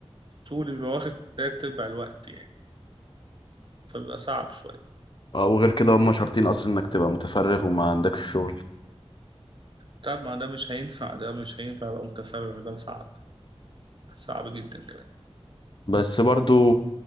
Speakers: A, on the right (about 50°); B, on the left (about 50°).
A: بيبقى واخد تلات أرباع الوقت يعني فبيبقى صعب شوية
B: آه، وغير كده هم شرطين اصلا انك تبقى متفرغ وما عندكش شغل
A: طب ما ده مش هينفع ده مش هينفع أبقى متفرغ ده صعب صعب جدا كمان
B: بس برضو